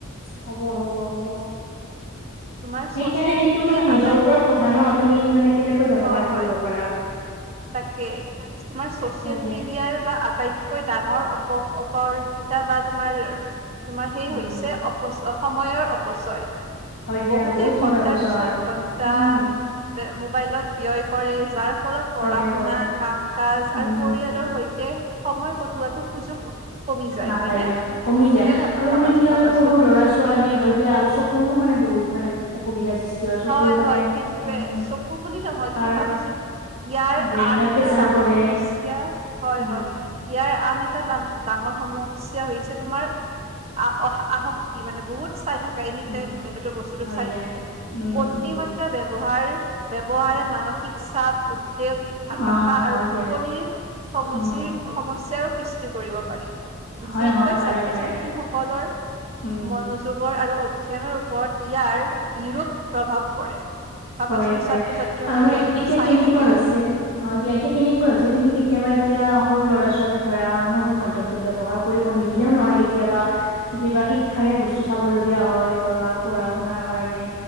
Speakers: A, on the left; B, on the right.
A: হ'ব হ'ব হ'ব।
B: তোমাৰ
A: সেইকাৰণে
B: ছচিয়েল
A: সেইটো
B: মিডিয়া
A: মানে নিজৰ
B: আটাইত
A: ওপৰত কথা ন তুমি মানে কেনেকৈ ব্যৱহাৰ
B: হয়
A: কৰিব
B: হয়
A: পাৰা।
B: তাকে তোমাৰ ছ'চিয়েল
A: হয় দিয়া।
B: মিডিয়াৰ বা আটাইত - কৈ ডাঙৰ অপ অপৰ কেইটা বা তোমাৰ তোমাৰ সেই
A: উম,
B: হৈছে অপচয় সময়ৰ অপচয়।
A: হয় দিয়া
B: বহুতে
A: বহুত
B: ঘন্টাৰ
A: সময় অপচয়
B: পিছত
A: হয়।
B: ঘন্টা
A: উম,
B: মোবাইলত ব্যয় কৰে যাৰ ফলত পঢ়া
A: কৰে,
B: শুনা
A: কৰে।
B: কাম কাজ
A: উম,
B: আৰু পৰিয়ালৰ সৈতে সময় কটোৱাটো সুযোগ কমি যায়
A: নাপায়
B: হয়নে
A: নাপ কমি
B: তুমি
A: যায়
B: নিজে ভাব
A: আৰু
B: ভাবা
A: মানে কি হয়
B: ভাবাচোন
A: সৰু ল'ৰা ছোৱা ছোৱালী হয় দিয়া আৰু চকুৰো মানে বহুত মানে অসুবিধা সৃষ্টি চকুৰ
B: হয়
A: মানে
B: হয় সেইটোৱেয়ে
A: উম,
B: চকু বুলি নহয়
A: তাৰ
B: তুমি ভাবাচোন ইয়াৰ
A: ব্ৰেইনত
B: আন এ এটা
A: প্ৰেছাৰ
B: ডাঙৰ
A: পৰে
B: সমস্যা হয়,
A: উম,
B: হয়। ইয়াৰ আন এটা ডাঙৰ সমস্যা হৈছে তোমাৰ আ অহা আহশক্তি ই মানে বহুত চাই থাকা এনি
A: উম,
B: টাইম বস্তুটো
A: হয়
B: চাই
A: দিয়া।
B: থাকে।
A: উম,
B: অতিমাত্ৰা
A: উম,
B: ব্যৱহাৰ ব্যৱহাৰে মানসিক চাপ তেওঁক হতাশা
A: অ', হয়
B: আৰু
A: দিয়া।
B: টোপনিৰ সমচিক
A: উম,
B: সমস্যাৰো সৃষ্টি কৰিব পাৰি। বিশেষকৈ
A: হয় হয় পাৰে
B: ছাত্ৰ-ছাত্ৰী
A: পাৰে
B: সকলৰ
A: উম,
B: মনোযোগৰ আৰু পক্ষেপৰ ওপৰত ইয়াৰ বিৰোপ প্ৰভাৱ পৰে। ভাবাচোন
A: পৰে পৰে
B: ছাত্ৰ ছাত্ৰীসকল
A: আৰু মানে
B: সিহঁতেতো
A: এতিয়া
B: চায়ে
A: কেনেকুৱা
B: থাকে
A: হৈছে? অ দিয়া এতিয়া কেনেকুৱা হৈছে তুমি কেতিয়াবা এতিয়া সৰু ল'ৰা ছোৱালীক ধৰা <unintelligible> ব্যৱহাৰ কৰিব নিদিলেও নহয়। কেতিয়াবা কেতিয়াবা শিক্ষাৰে বস্তু চাব লগীয়া হয় পঢ়া পঢ়া শুনাৰ কাৰণে।